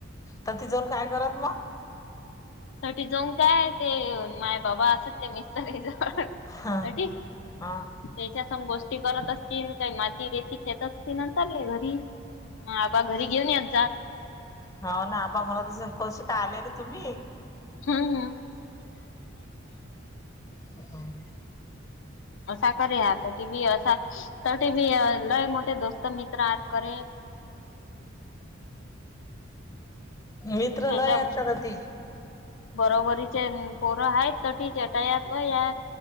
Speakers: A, on the left; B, on the left.
A: तर तिथं जाऊन काय करत मग.
B: त्या साठी जाऊन काय ते माय बाबा सत्य निघतं ते जवळ. साठि.
A: हा हा
B: त्याच्या संग गोष्टी करत असतील, काही माती- रेती खेळत असतील चाललेय घरी. हा आबा घरी घेऊन येत जा.
A: हाव ना आबा म्हणत असेन कशे काय आले रे तुम्हीं?
B: हं...
A: <unintelligible>
B: असा करे आता टी बी असा, तर टीबी लय मोठे दोस्त मित्र आत करे.
A: मित्र
B: त्यच्या
A: लय आहेत का तर ती
B: बरोबरीचे पोरं आहेत तटीचे तयात लं यात.